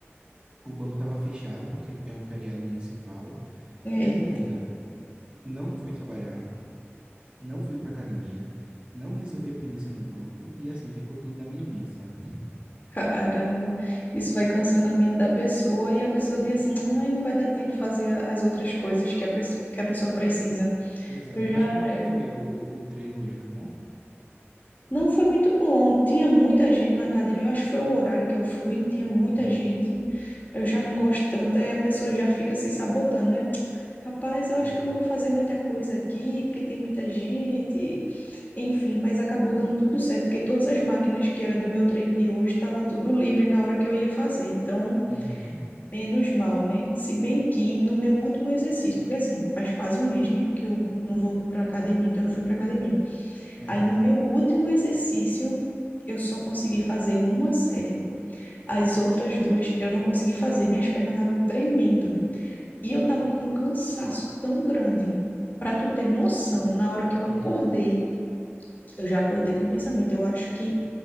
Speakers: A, on the right; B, on the left.
A: O banco estava fechado porque é um feriado municipal.
B: Eita,
A: Resumindo, não fui trabalhar, não fui para academia, não resolvi a pendência no banco e assim ficou tudo na minha mente, sabe?
B: <laughs> caramba. Isso vai cansando a mente da pessoa e a pessoa diz assim, ai, não vai dar tempo fazer a- as outras coisas que a, presso- que a pessoa precisa.
A: Exato.
B: Eu já,
A: Mas como é
B: eu
A: que foi o, o, o treino hoje? Foi bom?
B: Não foi muito bom. Tinha muita gente na academia. Eu acho que foi o horário que eu fui. Tinha muita
A: Hum,
B: gente. Eu já não gosto tanto. Aí a pessoa já fica se sabotando, né? Rapaz, eu
A: é.
B: acho que eu não vou fazer muita coisa aqui, porque tem muita gente. Enfim, mas acabou dando tudo certo, porque todas as máquinas que era do meu treino de hoje estava tudo livre na hora que eu ia fazer. Então,
A: Uhum.
B: menos mal, né? Se bem que no meu último exercício, porque assim, faz quase um mês, né, que eu não volto para academia, que eu não fui para academia.
A: É.
B: Aí no meu último exercício, eu só consegui fazer uma série. As outras duas eu não consegui fazer, minhas pernas estavam tremendo. E eu tava com um cansaço tão grande. Pra tu ter noção, na hora que eu acordei,
A: Hum.
B: eu já acordei com o pensamento, eu acho que